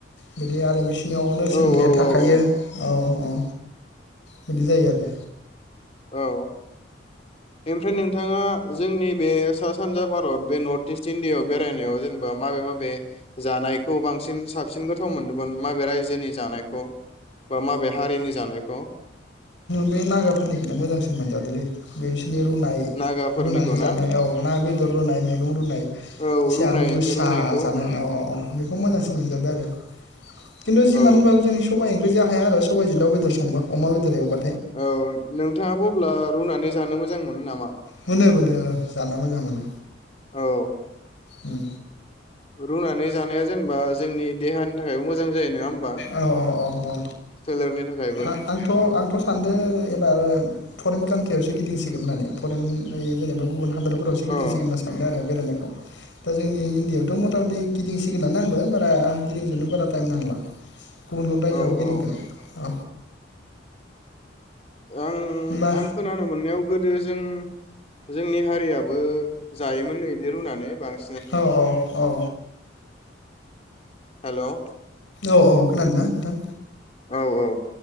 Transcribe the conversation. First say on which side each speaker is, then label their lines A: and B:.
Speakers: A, on the left; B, on the left.
A: बिदि आरो बिस सिनाव नरसिं
B: औ
A: बिलाइया थाखायो
B: औ औ
A: औ। अ बिदि जायो आरो।
B: औ ओमफ्राय नोंथाङा जोंनि बे सा सानजा भारत बे नर्थ इस्ट इण्डियायाव बेरायनायाव जेनेबा माबे माबे जानायखौ बांसिन साबसिन गोथाव मोनदोंमोन माबे रायजोनि जानायखौ? बा माबे हारिनि जानायखौ
A: बे नागाफोरनिखौनो मोजांसिन मोनजादोलै। <unintelligible> बिनि रुनाय
B: नागाफोरनिखौ
A: रुनानै जानाय
B: ना
A: औ ना बेदर रुनाय मैगं रुनाय
B: औ
A: एसे
B: रुनाय
A: आलु गोसा
B: रुनायखौ
A: जानाय
B: उम
A: औ औ औ। खौ मोजांसिन मोनजादो आरो। खिन्थु जिमान
B: औ
A: होनबाबो जोंनि सबाइ जो हाया आरो। सबायजों दाव बेदर संबा अमा बेदर एवबा।
B: औ नोंथाङाबो अब्ला रुनानै जानो मोजां मोन मोन नामा?
A: मोनो मोनो जानो मोजां मोनो।
B: औ।
A: उम।
B: रुनानै जानाया जेनेबा जोंनि देहानि थाखायबो मोजां जायो नङा होमबा
A: औ औ औ औ
B: सोलेरनि थाखायबो
A: आ-आंथ' आंथ' सानदों एबार फरेन कान्ट्रि यावसो गिदिंसिगोन होननानै परेन ऐ जेनेबा गुबुन हा हादोरफोरावसो गिदिंसिगोन
B: औ
A: होनना सानदों आरो बेरायनाय दा जोंनि इण्डियायावथ' मथा मथि गिदिंसिगोनानो आंबो बारा गिदिंजोबनो बारा टाइम नांला। गुबुन गुबुन रायजोआव
B: औ
A: गिदिंगोन
B: औ
A: अ।
B: आं
A: होमबा
B: आं खोनानो मोननायाव गोदो जों जोंनि हारियाबो जायोमोन नो इदि रुनानै बांसि
A: औ औ औ।
B: हेलौ।
A: औ औ खोनादों ना नोंथां?
B: औ औ।